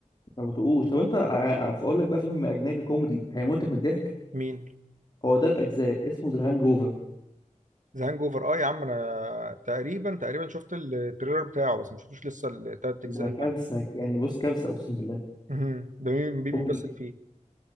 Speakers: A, on the left; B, on the right.
A: ما بتقوش طب انت ع- ع- اقول لك بقى فيلم اجنبي كوميدي هيموتك
B: <laughs>
A: من الضحك
B: مين
A: هو تلات اجزاء اسمه ذا هانج اوفر
B: ذا هانج اوفر اه يا عم انا تقريبا تقريبا شفت التريلر بتاعه بس ما شفتوش لسه التلات
A: ده
B: اجزاء
A: كارثه
B: يعني
A: يعني بص كارثه اقسم بالله
B: مهم. ده مين مين بيمثل
A: كوميدي
B: فيه